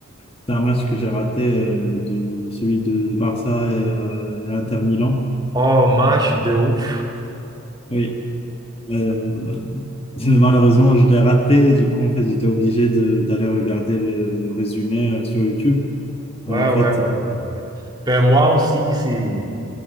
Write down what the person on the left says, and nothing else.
c'était un match que j'ai raté, euh, du, celui de Barça et, euh, et Inter Milan.
Oui. Euh, <laughs> malheureusement, je l'ai raté. Du coup, en fait, j'étais obligé de- d'aller regarder le, le résumé euh, sur YouTube.
En fait,
euh,